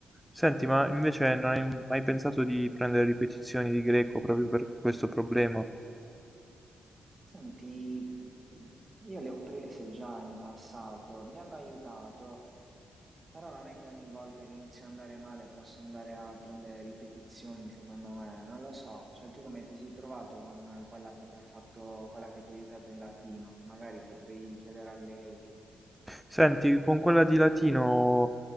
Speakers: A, in the centre; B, on the right.
A: Senti, ma invece non hai mai pensato di prendere ripetizioni di greco proprio per questo problema?
B: Senti, mh, io le ho prese già in passato, mi hanno aiutato, però non è che ogni volta che inizio ad andare male posso andare a prendere ripetizioni, secondo me, non lo so. Cioè, tu come ti sei trovato con eh, quella che ti ha fatto, quella che ti ha aiutato in latino, che magari potrei chiedere a lei.
A: Senti, con quella di latino